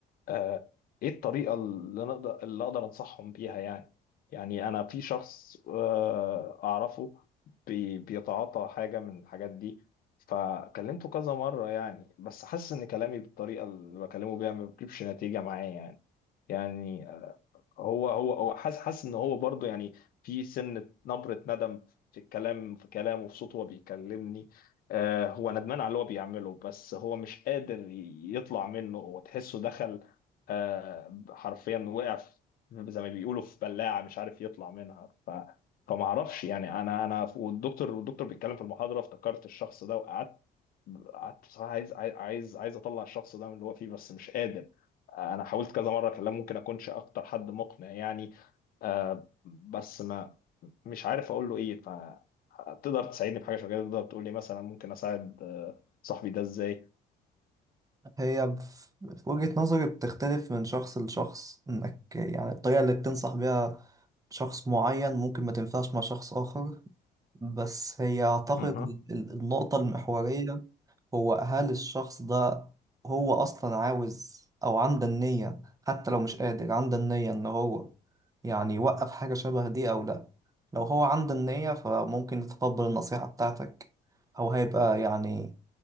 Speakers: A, on the left; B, on the right.
A: آه ايه الطريقه اللي نقدر اللي اقدر انصحهم بيها يعني يعني انا في شخص آه اعرفه بي بيتعاطى حاجه من الحاجات دي فكلمته كذا مره يعني بس حاسس ان كلامي بالطريقه اللي بكلمه بيها ما بيجيبش نتيجه معايا يعني يعني هو هو هو حاسس حاسس ان هو برضه يعني في سنة نبرة ندم في الكلام في كلامه في صوته وهو بيكلمني آه هو ندمان على اللي هو بيعمله بس هو مش قادر ي- يطلع منه هو تحسه دخل آه حرفيا وقع في- زي ما بيقولوا في بلاعة مش عارف يطلع منها ف فما اعرفش يعني انا انا والدكتور والدكتور بيتكلم في المحاضرة افتكرت الشخص ده وقعدت قعدت بصراحه عايز عاي- عايز عايز اطلع الشخص ده من اللي هو فيه بس مش قادر انا حاولت كذا مره اكلمه ممكن اكونش اكتر حد مقنع يعني آه، بس ما مش عارف اقول له ايه فتقدر تساعدني في حاجه شبه كده تقدر تقول لي مثلا ممكن اساعد آه، صاحبي ده ازاي
B: هي في في وجهة نظري بتختلف من شخص لشخص إنك يعني الطريقة اللي بتنصح بيها شخص معين ممكن ما تنفعش مع شخص آخر بس هي أعتقد
A: مهم.
B: ال- ال- النقطة المحورية هو هل الشخص ده هو أصلا عاوز أو عنده النية حتى لو مش قادر عنده النية إن هو يعني يوقف حاجة شبه دي أو لأ لو هو عنده النية فممكن يتقبل النصيحة بتاعتك أو هيبقى يعني